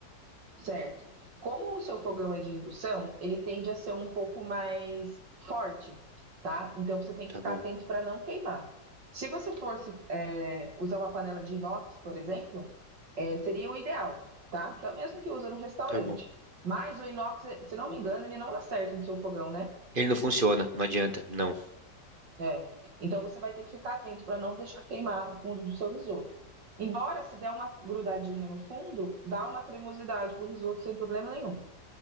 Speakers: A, on the right; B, on the right.
A: certo? Como o seu fogão é de indução, ele tende a ser um pouco mais forte, tá? Então você tem
B: Tá
A: que ficar
B: bom,
A: atento para não queimar. Se você fosse é, usar uma panela de inox, por exemplo, é, seria o ideal, tá? Que é o mesmo que usa no restaurante.
B: tá bom.
A: Mas o inox, se não me engano, ele não dá certo no seu fogão, né?
B: Ele não funciona, não adianta, não.
A: É. Então você vai ter que ficar atento para não deixar queimar o fundo do seu risoto. Embora se der uma grudadinha no fundo, dá uma cremosidade pro risoto sem problema nenhum,